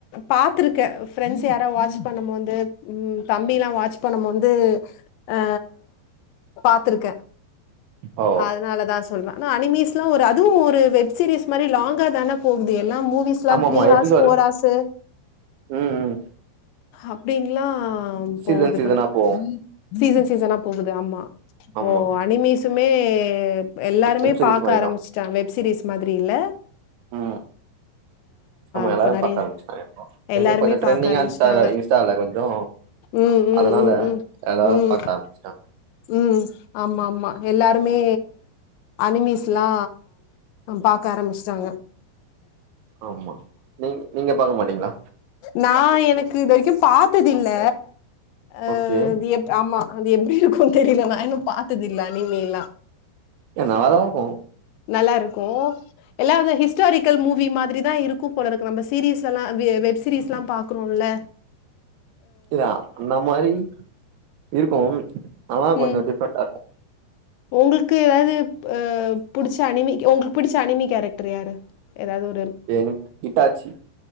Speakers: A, on the left; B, on the right.
A: பாத்துருக்கே ஃப்ரெண்ட்ஸ் யாரா வாட்ச் பண்ணமோது ம் தம்பில்லா வாட்ச் பண்ணமோது ஆ பாத்துருக்கே
B: ஓ
A: அதுனாலதா சொல்றே ஆனா அனிமஸ்லா ஒரு அதுவு ஒரு வெப் சீரீஸ் மாரி லாங்கா தானே போகுது எல்லா மூவிஸ் லா
B: ஆமா
A: த்ரீ
B: ஆமா
A: ஹார்ஸ்
B: எபிசோடு
A: ஃபோர் ஹார்ஸு
B: ம் ம்
A: அப்டின்ல்லா ஆ
B: சீசன்
A: போகுது
B: சீசனா
A: இப்பல்லா
B: போவு
A: சீசன் சீசனா போகுது ஆமா
B: ஆமா
A: ஓ சுமே எல்லாருமே
B: வெப் சீரிஸ்
A: பாக்க
B: மாரிதா
A: ஆரம்பிச்சுட்டாங்க வெப்சீரீஸ் மாரி இல்ல
B: ஆ ஆமா எல்லாருமே
A: இப்ப நெறைய
B: பாக்க ஆரம்பிச்சுட்டாங்க இப்ப
A: எல்லாருமே
B: எது கொஞ்சொ ட்ரெண்டிங்கா
A: பாக்க ஆரம்பிச்சுட்டாங்க
B: இருந்ச்சா அத இன்ஸ்டால கொஞ்சோ
A: ம் ம்
B: அதனால
A: ம் ம்
B: எல்லாரு
A: ம்
B: பாக்க ஆரம்பிச்சுடாங்க
A: ம் ஆமா ஆமா எல்லாருமே அனிமிஸ்ல்லா பாக்க ஆரம்பிச்சுட்டாங்க
B: ஆமா நீங் நீங்க பாக்க மாட்டீங்களா
A: நா எனக்கு இது வரைக்கு பாத்ததில்ல ஆ
B: ஓகே
A: இது எப் ஆமா அது எப்டி இருக்கு தெரில நா இன்னு பாத்ததில்ல அனிமி எல்லா
B: எ நல்லாதா இருக்கு
A: நல்லா இருக்கு எல்லா அந்த ஹிஸ்டாரிக்கல் மூவி மாதிரிதா இருக்கு போல இருக்கு நம்ப சீரீஸ்ல எல்லா வெ வெப் சீரீஸ்லா பாக்குறோல
B: இ அந்த மாரி இருக்கு ஆனா கொஞ்ச
A: ம்
B: டிஃப்ரெண்டா இருக்கு
A: உங்களுக்கு ஏதாது உ புடிச்ச அனிமி உங்களுக்கு புடிச்ச அனிமி கேரக்டர் யாரு எதாது ஒரு
B: என் இட்டாச்சி